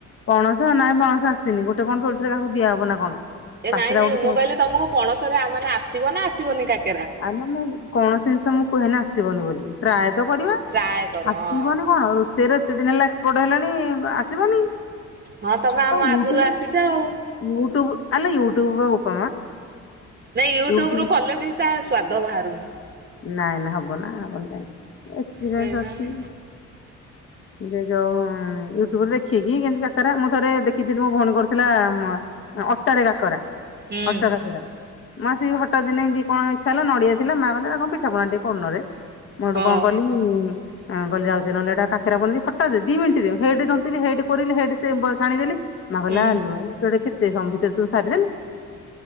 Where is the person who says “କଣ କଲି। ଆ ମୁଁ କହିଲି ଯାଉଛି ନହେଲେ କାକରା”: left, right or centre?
Left